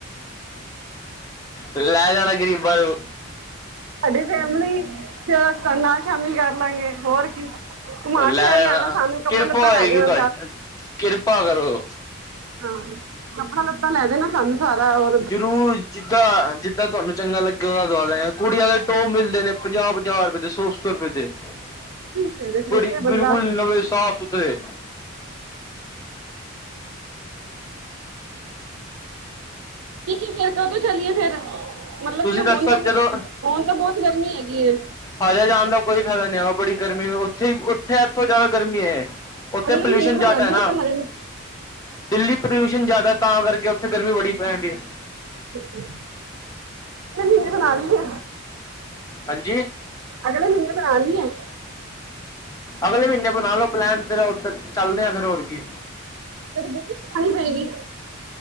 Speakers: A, on the left (about 15°); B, on the right (about 70°).
A: ਲੈ ਜਾਣਾ ਗ਼ਰੀਬਾ ਨੂੰ।
B: ਸਾਡੀ ਫੈਮਲੀ ਚ ਤਾਨੂੰ ਨਾਲ ਸ਼ਾਮਿਲ ਕਰ ਲਾਂਗੇ ਹੋਰ ਕੀ। ਘੁਮਾ
A: ਲੈ
B: ਫਿਰਾ ਲਿਆਣਾ
A: ਜਾਣਾ
B: ਸਾਨੂੰ ਕੱਪੜਾ
A: ਕਿਰਪਾ
B: ਲੱਤਾ
A: ਹੋਏਗੀ
B: ਲੈ ਦੇਣਾ
A: ਤੁਹਾਡੀ ਕਿਰਪਾ ਕਰੋ।
B: ਹਾਂਕੱਪੜਾ-ਲੱਤਾ ਲੈ ਦੇਣਾ ਸਾਨੂੰ। ਸਾਰਾ ਉਹ
A: ਜ਼ਰੂਰ ਜ ਦਾਂ ਜਿੱਦਾਂ ਤੁਹਾਨੂੰ ਚੰਗਾ ਲੱਗੇ ਉਹਦਾ ਦਵਾ ਦੇਗੇ ਕੁੜੀਆਂ ਦੇ ਟੋ ਮਿਲਦੇ ਨੇ ਪੰਜਾਹ-ਪੰਜਾਹ ਰੁਪਏ ਦੇ ਸੌ-ਸੌ ਰੁਪਏ ਦੇ। <unintelligible>
B: ਫਿਰ ਠੀਕ ਹੈ ਬੰਦਾ
A: ਬਿਲਕੁਲ ਨਵੇਂ ਸਾਫ਼-ਸੁਥਰੇ।
B: ਠੀਕ ਹੈ ਫੇਰ ਕਦੋਂ ਚਲੀਏ ਫੇਰ ਮਤਲਬ
A: ਤੁਸੀਂ
B: ਕਿ ਹੁਣ
A: ਦੱਸੋ
B: ਤਾਂ ਹੁਣ
A: ਜਦੋਂ
B: ਤਾਂ ਬਹੁਤ ਗਰਮੀ ਹੈਗੀ ਏ।
A: ਹਜੇ ਜਾਣ ਦਾ ਕੋਈ ਫਾਇਦਾ ਨੀ ਹੈ ਬੜੀ ਗਰਮੀ ਉੱਥੇਹੀ ਉੱਥੇ ਇੱਥੋਂ ਜਾਦਾ ਗਰਮੀ ਹੈ। ਉੱਥੇ
B: ਅਗਲੇ
A: ਪੋਲਿਊਸ਼ਨ
B: ਮਹੀਨੇ ਬਣਾ
A: ਜਾਦਾ
B: ਲਈਏ
A: ਐਨਾ।
B: ਪਲਾਨ
A: ਦਿੱਲੀ ਪਲਿਊਸ਼ਨ ਜਾਦਾ ਤਾਂ ਕਰਕੇ ਉੱਥੇ ਗਰਮੀ ਬੜੀ ਪੈਨਡੀਏ।
B: ਹੂੰ, ਮੀਨੇ ਬਣਾ ਲੀਏ।
A: ਹਾਂਜੀ
B: ਅਗਲੇ ਮਹੀਨੇ ਬਣਾ ਲਈਏ।
A: ਅਗਲੇ ਮਹੀਨੇ ਬਣਾ ਲਓ ਪਲੈਨ ਫਿਰ ਉ ਚੱਲਦੇ ਆ ਫੇਰ ਹੋਰ ਕੀ।
B: ਫੇਰ ਬੁਕਿੰਗ ਕਰਾਣੀ ਪਏਗੀ।